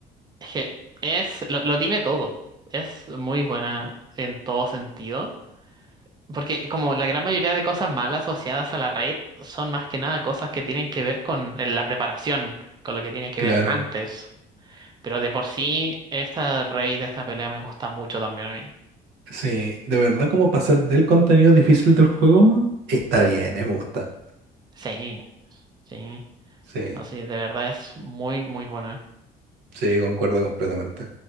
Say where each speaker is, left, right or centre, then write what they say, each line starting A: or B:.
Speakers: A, on the right; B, on the right.
A: es que es, lo, lo tiene todo. Es muy buena en todo sentido. Porque como la gran mayoría de cosas malas asociadas a la raid son más que nada cosas que tienen que ver con el- la preparación, con lo que tiene que
B: claro,
A: ver antes. Pero de por sí, esta raid, esta pelea me gusta mucho también a mí.
B: sí, de verdad como pasar del contenido difícil del juego está bien, eh, me gusta.
A: Sí, sí.
B: Sí,
A: No, sí, de verdad es muy, muy buena.
B: sí, concuerdo completamente.